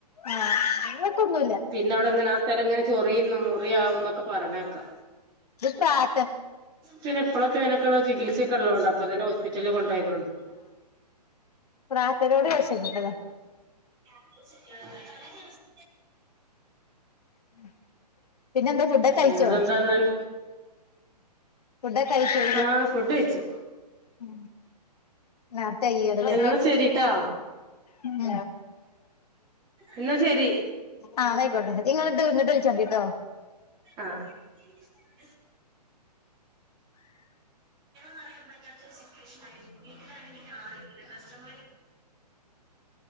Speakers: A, on the left (about 65°); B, on the right (about 20°).
A: ആഹ് ഞങ്ങക്കൊന്നുല്ല
B: പിന്നെ അവിടെങ്ങനെ ആ സ്ഥലം ഇങ്ങനെ ചൊറിയുന്നു മുറിയാവും ന്നൊക്കെ പറഞ്ഞേക്കാ.
A: പ്രാർ
B: പിന്നെപ്പളെക്കെ അയിനൊക്കെള്ള ചികിത്സൊക്കെ ഉള്ളതോണ്ട് അപ്പൊ തന്നെ ഹോസ്പിറ്റലില് കൊണ്ടയതോണ്ട്. ആ.
A: പ്രാർത്തനോണ്ട് രക്ഷപ്പെട്ടതാ.
B: തലേ ദിവസം.
A: ഉം. പിന്നെ എന്താ ഫുഡൊക്കെ കഴിച്ചോ.
B: വേറെന്താന്നാൽ
A: ഫുഡൊക്കെ കഴിച്ചോ.
B: ആഹ് ഫുഡ് കൈച്ചു
A: ഉ നേർത്തായ് അത് ലേ.
B: എന്നാ ശരിട്ടാ
A: ഉം.
B: എന്നാ ശരി
A: ആ ന്നയിക്കോട്ടെ. നിങ്ങള് ഇങ്ങിട്ട് വിളിച്ചോണ്ടി ട്ടോ.
B: ആഹ്. <unintelligible> പറയാൻ പറ്റാത്ത ഒരു സിറ്റുവേഷൻ ആയി പോയി. ണെങ്ക ആരുല്ല. കസ്റ്റമ